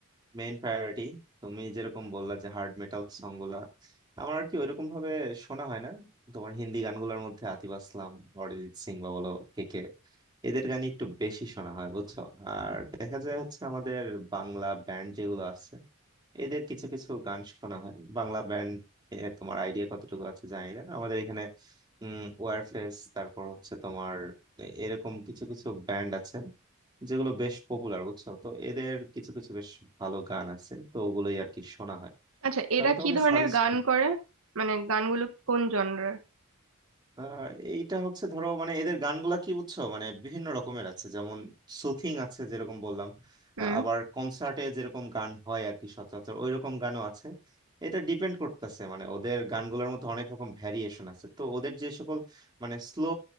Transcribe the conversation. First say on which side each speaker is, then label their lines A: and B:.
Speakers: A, on the right; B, on the right.
A: মেইন প্রায়োরিটি তুমি যেরকম বললা যে হার্ড মেটাল সং গুলা আমার আর কি ওইরকম ভাবে শোনা হয় না তোমার হিন্দি গানগুলোর মধ্যে আতিফ আসলাম অরিজিৎ সিং বা বলো কে কে এদের গানই একটু বেশি শোনা হয় বুঝছো আর দেখা যায় হচ্ছে আমাদের বাংলা ব্যান্ড যেগুলো আছে এদের কিছু কিছু গান শোনা হয় বাংলা ব্যান্ড তোমার আইডিয়া কতটুকু আছে জানি না আমাদের এখানে উম ওয়ারফেস তারপর হচ্ছে তোমার এ- এরকম কিছু কিছু ব্যান্ড আছে যেগুলো বেশ পপুলার বুঝছো তো এদের কিছু কিছু বেশ ভালো গান আছে তো ওগুলোই আর কি শোনা হয়
B: আচ্ছা
A: তো
B: এরা
A: আমি তোমাকে
B: কি ধরনের
A: সাজেস্ট
B: গান
A: করি
B: করে মানে গানগুলো কোন জনরার
A: আহ, এইটা হচ্ছে ধরো মানে এদের গানগুলা কি বুঝছো মানে বিভিন্ন রকমের আছে যেমন সুথিং আছে যেরকম বললাম
B: হুম
A: আহ, আবার কনসার্টে যেরকম গান হয় আর কি সচরাচর ওই রকম গানও আছে এটা ডিপেন্ড করতেছে মানে ওদের গানগুলোর মধ্যে অনেক রকম ভ্যারিয়েশন আছে তো ওদের যে সকল মানে স্লো